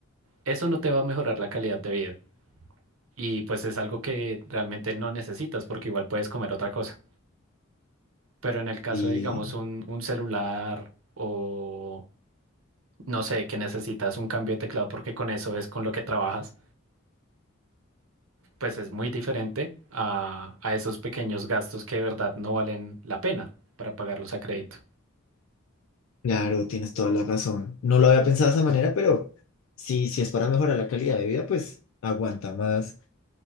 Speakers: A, on the right; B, on the left.
A: Eso no te va a mejorar la calidad de vida. Y pues es algo que realmente no necesitas porque igual puedes comer otra cosa. Pero en el caso
B: Y
A: de, digamos, un, un celular o no sé, que necesitas un cambio de teclado porque con eso es con lo que trabajas, pues es muy diferente a, a esos pequeños gastos que de verdad no valen la pena para pagarlos a crédito.
B: claro, tienes toda la razón. No lo había pensado de esa manera, pero sí, si es para mejorar la calidad de vida, pues aguanta más